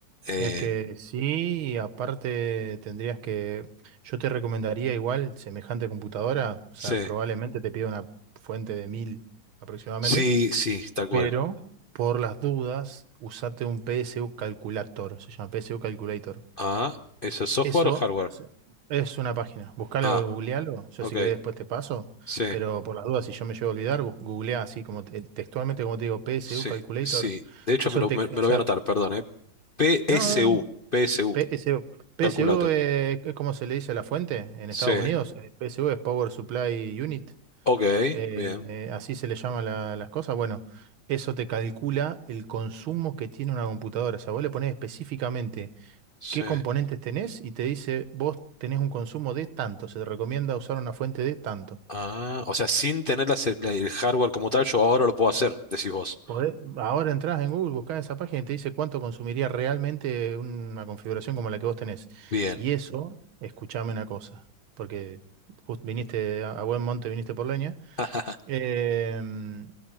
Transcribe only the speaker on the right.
Es que sí, y aparte tendrías que, yo te recomendaría igual semejante computadora, o
sea, probablemente te pida una fuente de 1000 aproximadamente,
pero por las dudas, usate un PSU Calculator, se llama PSU Calculator.
Eso
se- es una página, buscalo,
googlealo, yo
si querés después te paso,
pero por las dudas, si yo me llego a olvidar, bu- googleá así como te- textualmente como te digo, PSU
Calculator,
eso
te...
o
sea,
no,
PSU. PSU
eh, es como se le dice a la fuente en
Estados Unidos. eh, PSU es Power Supply Unit.
eh,
eh, así se le llama la- las cosas. Bueno, eso te calcula el consumo que tiene una computadora. O sea, vos le ponés específicamente
qué componentes tenés y te dice, vos tenés un consumo de tanto. Se te recomienda usar una fuente de tanto.
Podés- ahora entras en Google, buscás esa página y te dice cuánto consumiría realmente una configuración como la que vos tenés.
Y eso, escuchame una cosa, porque jus- viniste a, a buen monte, viniste por leña.
Em,